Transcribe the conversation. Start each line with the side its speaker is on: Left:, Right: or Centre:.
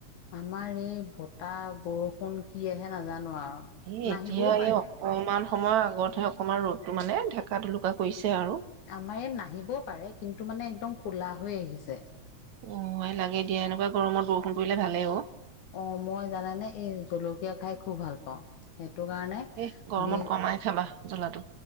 Left: আমাৰ এই বতাহ বৰষুণ কি আহে নাজানো। আৰু
Right: এই
Left: নাহিবও
Right: এতিয়া
Left: পাৰে
Right: এই অকমান সময়ৰ আগতহে অকণমান ৰ'দটো মানে <unintelligible> কৰিছে। আৰু
Left: আমাৰ ইয়াত নাহিবও পাৰে কিন্তু টো মানে একদম কলা হৈ আহিছে।
Right: অ' লাগে দিয়া এনেকুৱা গৰমত বৰষুণ পৰি ভালেই অ'
Left: অ' মই জানে নে এই জলকীয়া খাই খুব ভাল পাওঁ সেই সেইটো কাৰণে
Right: এ গৰমত
Left: বি
Right: কমাই খাবা জ্বলাটো।